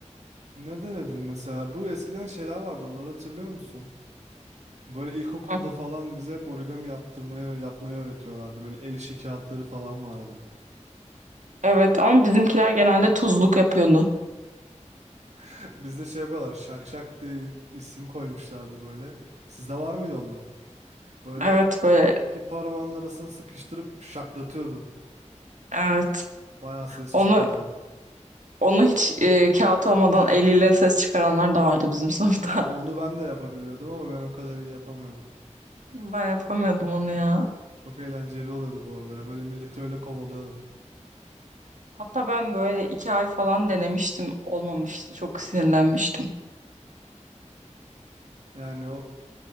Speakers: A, on the right; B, on the right.
A: ne denedin mesela? Bu eskiden şeyler vardı, onları hatırlıyor musun? Böyle ilkokulda
B: Hı.
A: falan bize hep origami yaptırmayı, yapmayı öğretiyorlardı. Böyle el işi kağıtları falan vardı.
B: Evet ama bizimkiler genelde tuzluk yapıyordu.
A: <laughs> Bizde şey yapıyorlar, şak şak diye isim koymuşlardı böyle. Sizde var mıydı ondan? Böyle
B: Evet böyle
A: iki parmağın arasını sıkıştırıp şaklatıyordun.
B: evet.
A: Bayağı ses
B: Onu
A: çıkıyordu.
B: onu hiç e, kağıt olmadan eliyle ses çıkaranlar da vardı bizim sınıfta.
A: Ha
B: <laughs>
A: onu ben de yapabiliyordum ama ben o kadar iyi yapamıyorum.
B: Ben yapamıyordum onu ya.
A: Çok eğlenceli oluyordu bu arada ya. Böyle milleti öyle kovalıyordum.
B: Hatta ben böyle iki ay falan denemiştim. Olmamıştı. Çok sinirlenmiştim.
A: Yani o